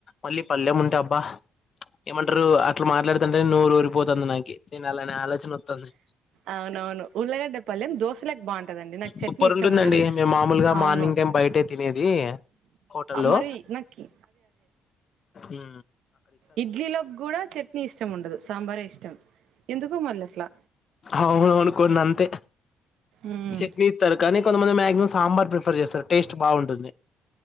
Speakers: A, on the left (about 45°); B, on the right (about 80°).
A: మళ్ళీ పల్లెం ఉంటే అబ్బా ఏమంటారు. అట్లా మాట్లాడుతుంటే నోరు ఊరిపోతంది నాకి తినాలి అలానే ఆలోచన వోత్తాంది.
B: అవునవును. ఉల్ళగడ్డ పల్లెం దోశలేకి బాగుంటదండి. నాకు చట్నీ
A: సూపర్
B: ఇష్టం
A: ఉంటుందండి
B: ఉండదు.
A: మేము మామూలుగా
B: అవును
A: మార్నింగ్ బయటే తినేది హోటల్లో
B: మరి నాకి
A: ఉ
B: ఇడ్లీ లకి కూడా చట్నీ ఇష్టం ఉండదు. సాంబారే ఇష్టం. ఎందుకో మళ్ళీ అట్లా
A: అవును అవును కోన్నీ అంతే
B: ఉమ్
A: చట్నీ ఇత్తరు. కొంతమంది మ్యాగి నే సాంబార్ ప్రిఫర్ చేస్తారు. టేస్ట్ బాగుంటుంది.